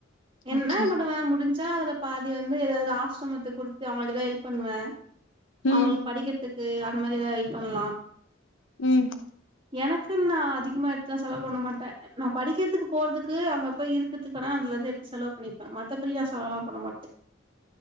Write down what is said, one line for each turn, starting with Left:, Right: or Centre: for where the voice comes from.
Right: என்ன
Left: ஓகே
Right: பண்ணுவ முடிஞ்சா அதுல பாதி வந்து ஏதாவுது ஆசிரமத்துக் குடுத்து அவுங்களுக்கு ஏதாவுது ஹெல்ப் பண்ணுவே
Left: ம்
Right: அவுங்களுக்கு படிக்கறதுக்கு அது மாரி ஏதாவுது ஹெல்ப் பண்லா
Left: ம்
Right: எனக்கு ன் நாஅதிகமா எடுத்துதா செலவு பண்ண மாட்டே நா படிக்கிறதுக்கு போறதுக்கு அங்க போய் இருக்கதுக்கானா அதுல இருந்து செலவு பண்ணிப்பே மத்தபடி நா செலவுலா பண்ணமாட்டே